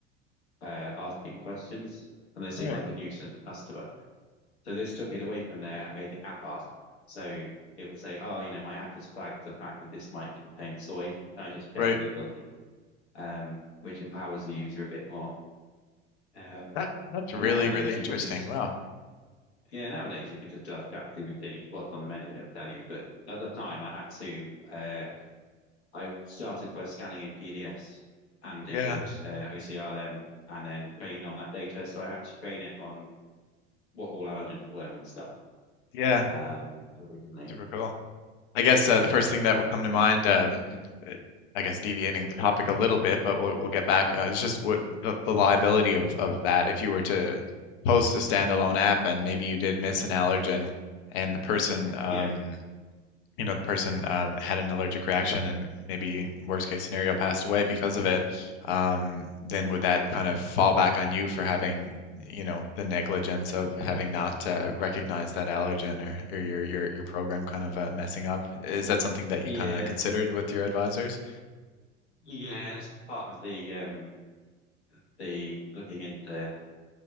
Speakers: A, on the left; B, on the left.
A: uh, asking questions, and they seem
B: Right.
A: like a nuisance customer. So this took it away from there and made the app ask. So it would say, "Oh, you know, my app has flagged the fact that this might contain soy. Can I just check
B: Right.
A: that it doesn't?" Um, Which empowers the user a bit more. Um,
B: That that's really
A: And nowadays
B: really interesting.
A: you can just,
B: Wow.
A: yeah, nowadays you can just ask ChatGPT what's on the menu and it'll tell you. But at the time I had to, uh, I started by scanning in PDFs and it
B: Yeah.
A: would OCR them and then train on that data. So I had to train it on what all allergens were and stuff.
B: Yeah.
A: Um, originally,
B: Super cool. I guess uh, the first thing that will come to mind, um, uh, I guess deviating the topic a little bit, but we'll we'll get back. Uh, is just what the, the liability of of that if you were to post a standalone app and maybe you did miss an allergen, and the person um,
A: yeah,
B: you know the person um, had an allergic reaction and maybe worst case scenario passed away because of it um, then would that kind of fall back on you for having you know the negligence of having not uh, recognized that allergen or, or your your your program kind of uh, messing up is that something that you
A: yeah,
B: kind of considered with your advisors
A: yeah. This is part of the um the looking into